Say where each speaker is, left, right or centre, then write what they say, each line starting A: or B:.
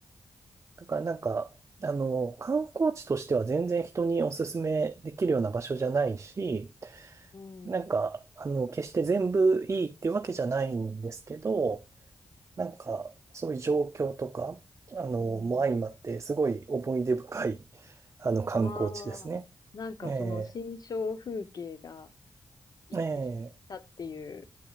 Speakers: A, on the right (about 40°); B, on the left (about 60°).
A: だからなんか、あの、観光地としては全然人におすすめできるような場所じゃないし、
B: うん、
A: なんか、あの、決して全部いいってわけじゃないんですけど、なんか、そういう状況とか、あの、
B: うん。
A: も相まって、すごい思い出深い、あの、観光地ですね。
B: ああ、なんかその新象風景が
A: ええ、
B: 一致したっていう
A: ええ、